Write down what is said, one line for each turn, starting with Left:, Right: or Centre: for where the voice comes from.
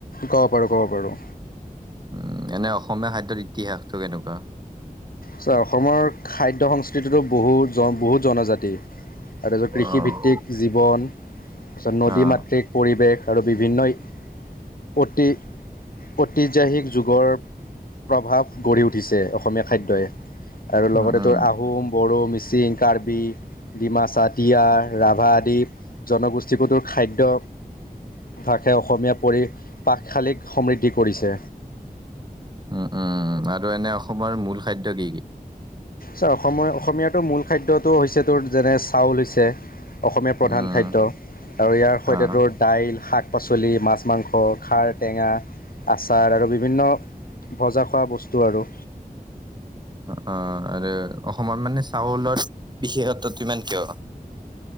Left: ক'ব পাৰোঁ-ক'ব পাৰোঁ।
Right: উম, এনে অসমীয়া খাদ্যৰ ইতিহাসটো কেনেকুৱা?
Left: চোৱা অসমৰ খাদ্য সংস্কৃতিটো বহুত জন বহুত জনজাতি তাৰপিছত কৃষিভিত্তিক
Right: অ'।
Left: জীৱন, তাৰপিছত নদী
Right: অ',
Left: মাতৃক পৰিৱেশ আৰু বিভিন্ন <unintelligible> যুগৰ প্ৰভাৱ গঢ়ি উঠি দিছে অসমীয়া খাদ্যই আৰু
Right: উম,
Left: লগতে
Right: উম,
Left: তোৰ আহোম বড়ো, মিচিং, কাৰ্বি, ডিমাচা, তিৱা, ৰাভা আদি। জনগোষ্ঠীবোৰটো খাদ্যভাসে অসমীয়া পৰি পাকশালীক সমৃদ্ধি কৰিছে।
Right: উম-উম আৰু এনে অসমৰ মূল খাদ্য কি-কি?
Left: চোৱা অসমৰ অসমীয়াটোৰ মূল খাদ্যটো হৈছে তোৰ যেনে চাউল হৈছে অসমীয়া প্ৰধান
Right: উম,
Left: খাদ্য আৰু ইয়াৰ সৈতে
Right: অ',
Left: তোৰ দাইল, শাক পাচলি মাছ মাংস খাৰ টেঙা আচাৰ আৰু বিভিন্ন ভজা খোৱা বস্তু আৰু
Right: অ' আৰু অসমত মানে চাউলত বিশেষত্বটো ইমান কিয়